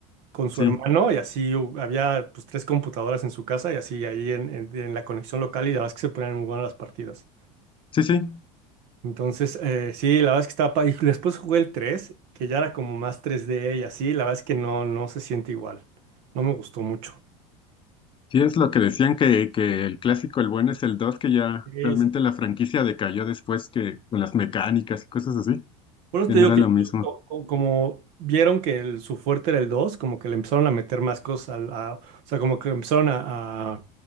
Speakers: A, on the right; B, on the left.
A: con su
B: Sí,
A: hermano y así hu- había pues tres computadoras en su casa y así ahí en, en en la conexión local y la verdad es que se ponían muy buenas las partidas.
B: sí, sí.
A: Entonces, eh, sí, la verdad es que estaba... pa- Y después jugué el 3, que ya era como más tres d y así, la verdad es que no, no se siente igual. No me gustó mucho.
B: Sí, es lo que decían que, que el clásico, el bueno es el 2 que ya
A: Sí,
B: realmente
A: sí, sí.
B: la franquicia decayó después que con las mecánicas y cosas así,
A: Por eso
B: ya
A: te
B: no
A: digo
B: era
A: que
B: lo
A: yo
B: mismo.
A: creo que co- co- como, vieron que el- su fuerte era el 2, como que le empezaron a meter más cosas, al- a- o sea, como que empezaron a, a-